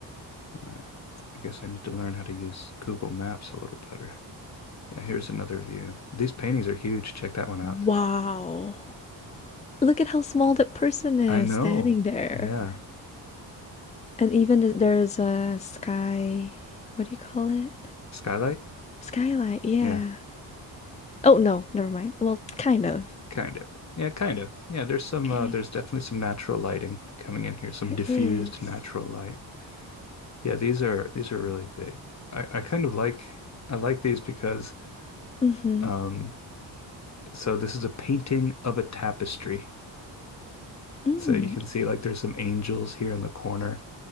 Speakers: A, on the left; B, on the left.
A: All right. I guess I need to learn how to use Google Maps a little better. Yeah, here's another view. These paintings are huge. Check that one out.
B: Wow. Look at how small that person is
A: I know.
B: standing there.
A: Yeah.
B: And even there's a sky. What do you call it?
A: Skylight?
B: Skylight, yeah.
A: Yeah,
B: Oh no, never mind. Well, kind of.
A: kind of. Yeah, kind of. Yeah, there's some
B: Okay.
A: uh, there's definitely some natural lighting coming in here, some
B: There
A: diffused
B: is.
A: natural light. Yeah, these are these are really big. I, I kind of like I like these because
B: Mm-hmm.
A: um so this is a painting of a tapestry.
B: Mm.
A: So you can see like there's some angels here in the corner